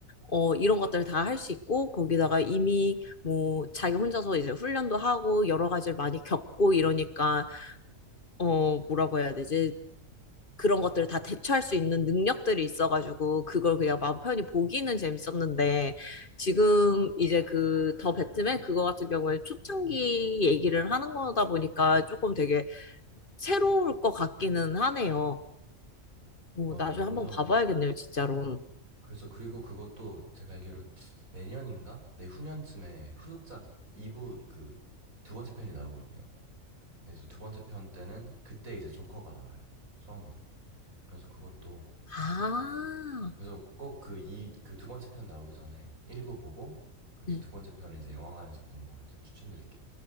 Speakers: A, on the left; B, on the right.
A: 어, 이런 것들을 다 할 수 있고 거기다가 이미 뭐 자기 혼자서 이제 훈련도 하고 여러 가지를 많이 겪고 이러니까 어, 뭐라고 해야 되지? 그런 것들을 다 대처할 수 있는 능력들이 있어가지고 그걸 그냥 마음 편히 보기는 재밌었는데 지금 이제 그 더 배트맨 그거 같은 경우에 초창기 얘기를 하는 거다 보니까 조금 되게 새로울 것 같기는 하네요. 오,
B: 맞아요.
A: 나중에
B: 완전.
A: 한번 봐봐야겠네요, 진짜로.
B: 그래서 그리고 그것도 제가 알기로는 내년인가? 내후년쯤에 후속작 2부 그 두 번째 편이 나오거든요. 네, 그래서 두 번째 편 때는 그때 이제 조커가 나와요. 처음으로. 그래서 그것도
A: 아,
B: 그래서 꼭 그 이 그 두 번째 편 나오기 전에 1부 보고 그래서
A: 네.
B: 두 번째 편 이제 영화관에서 보는 걸 제가 추천드릴게요.